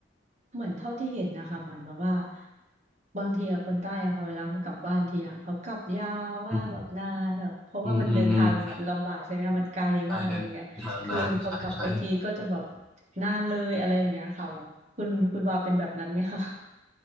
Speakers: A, on the right (about 40°); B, in the centre.
A: เหมือนเท่าที่เห็นนะคะเหมือนแบบว่าบางทีอะคนใต้อะค่ะเวลาเขากลับบ้านทีอะเขากลับยาวมากแบบนานแบบเพราะว่ามันเดินทางลำบากใช่ไหมคะมันไกลมากอะไรเงี้ยคือพอกลับไปทีก็จะแบบ
B: อืมอืมอืมอืมใช่ใช่เดินทางนานใช่ใช่
A: นานเลยอะไรอย่างเงี้ยค่ะแบบคุณคุณวาเป็นแบบนั้นไหมคะ